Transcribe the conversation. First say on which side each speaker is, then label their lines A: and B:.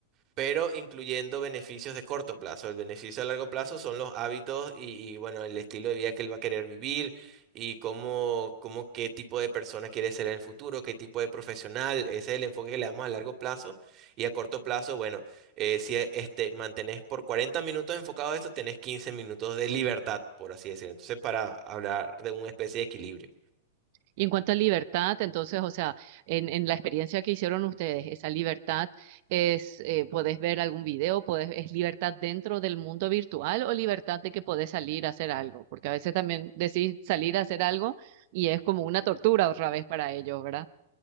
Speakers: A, on the right; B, on the right.
A: pero incluyendo beneficios de corto plazo. El beneficio a largo plazo son los hábitos y, y, bueno, el estilo de vida que él va a querer vivir y cómo, cómo qué tipo de persona quiere ser en el futuro, qué tipo de profesional. Ese es el enfoque que le damos a largo plazo. Y a corto plazo, bueno, eh, si eh, este, mantenés por 40 minutos enfocado a esto, tenés 15 minutos de libertad, por así decirlo. Entonces, para hablar de una especie de equilibrio.
B: Y en cuanto a libertad, entonces, o sea, en, en la experiencia que hicieron ustedes, esa libertad es, eh, podés ver algún video, podés, es libertad dentro del mundo virtual o libertad de que podés salir a hacer algo, porque a veces también decís salir a hacer algo y es como una tortura otra vez para ellos, ¿verdad?